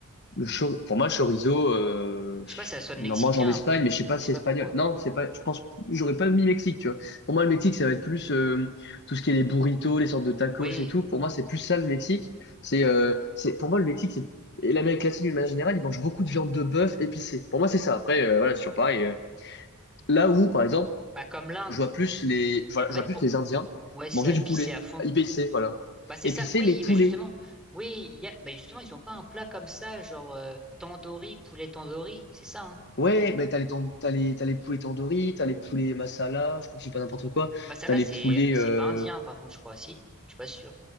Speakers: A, on the left; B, in the centre.
A: Le chor- Pour moi, le chorizo, euh,
B: Je sais pas, si ça sonne mexicain
A: on en mange en Espagne,
B: un peu.
A: mais je sais pas
B: Je
A: si
B: sais
A: c'est
B: pas
A: espagnol.
B: pourquoi.
A: Non, c'est pas. Je pense, j'aurais pas mis Mexique, tu vois. Pour moi, le Mexique, ça va être plus euh, tout ce qui est les burritos, les sortes de tacos
B: Oui,
A: et tout. Pour moi, c'est plus ça le Mexique. C'est, euh, c'est. Pour moi, le Mexique, c'est et l'Amérique latine d'une manière générale, ils mangent beaucoup de viande de bœuf épicée. Pour moi, c'est ça. Après, euh, voilà, sur pareil. euh, Là où, par exemple,
B: bah comme l'Inde.
A: je vois plus les, je vois,
B: En
A: je
B: fait,
A: vois plus
B: pour...
A: les Indiens
B: Ouais, ça,
A: manger du
B: épicé
A: poulet
B: à fond.
A: épicé, voilà.
B: Bah c'est
A: Épicé,
B: ça, oui,
A: mais poulet.
B: bah justement, oui, il y a, bah justement, ils ont pas un plat comme ça, genre euh, tandoori, poulet tandoori, c'est ça, hein.
A: Ouais, mais t'as les, tan- t'as les, t'as les poulets tandoori, t'as les poulets masala, je crois que j'ai pas n'importe quoi.
B: Bah ça
A: T'as
B: là,
A: les
B: c'est
A: poulets
B: c'est
A: euh,
B: pas indien par contre, je crois, si, je suis pas sûr.